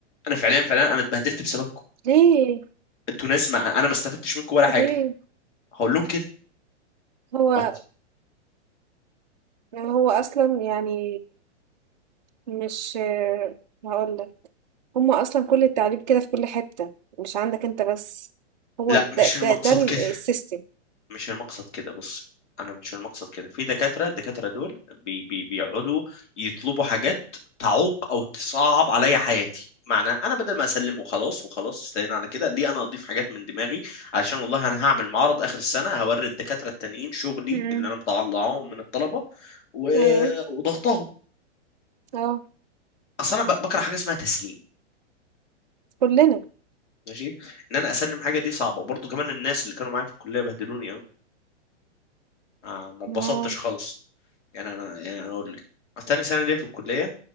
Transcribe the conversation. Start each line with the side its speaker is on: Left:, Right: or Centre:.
Left: انا فعليا فعليا انا اتبهدلت بسببكم
Right: ليه
Left: انتوا ناس ما انا ما استفدتش منكم ولا حاجه
Right: ليه
Left: هقول لهم كده
Right: هو
Left: وات
Right: يعني هو اصلا يعني مش هقول لك هما اصلا كل التعليم كده في كل حتة مش عندك انت بس هو
Left: لا
Right: ده
Left: مش
Right: ده
Left: المقصد
Right: ده ال-
Left: كده
Right: السيستم
Left: مش المقصد كده بص انا مش المقصد كده في دكاتره الدكاتره دول بي بي بيقعدوا يطلبوا حاجات تعوق او تصعب عليا حياتي معنى انا بدل ما اسلم وخلاص وخلاص استنينا على كده ليه انا اضيف حاجات من دماغي علشان والله انا هعمل معرض اخر السنه هوري الدكاتره التانيين شغلي
Right: مم.
Left: اللي انا مطلعهم من الطلبه و...
Right: ايوه
Left: وضغطهم
Right: اه
Left: اصل انا ب- بكره حاجه اسمها تسليم
Right: كلنا
Left: ماشي ان انا اسلم حاجه دي صعبه برضو كمان الناس اللي كانوا معايا في الكليه بهدلوني قوي ما اتبسطتش
Right: اه
Left: خالص يعني انا يعني انا اقول لك تاني سنه ليا في الكليه